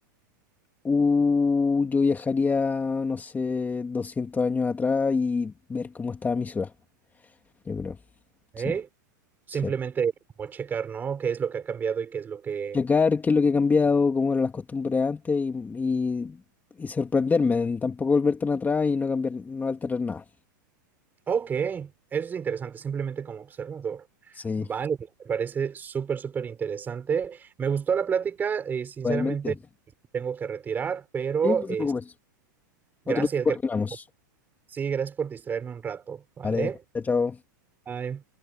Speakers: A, on the left; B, on the right.
A: Uh, yo viajaría, no sé, 200 años atrás y ver cómo estaba mi ciudad, yo creo.
B: ¿Eh?
A: Sí,
B: Simplemente
A: sí.
B: como checar, ¿no? ¿Qué es lo que ha cambiado y qué es lo que,
A: Checar qué es lo que ha cambiado, cómo eran las costumbres antes y, y, y sorprenderme. Tampoco volver tan atrás y no cambiar, no alterar nada.
B: Ok, eso es interesante, simplemente como observador.
A: Sí,
B: Vale, pues, me parece súper, súper interesante. Me gustó la plática, eh, sinceramente
A: realmente.
B: tengo que retirar, pero
A: Sí, no te
B: es
A: preocupes.
B: gracias,
A: Otro día coordinamos.
B: gracias. Sí, gracias por distraerme un rato, ¿vale?
A: Vale, chao, chao.
B: Bye.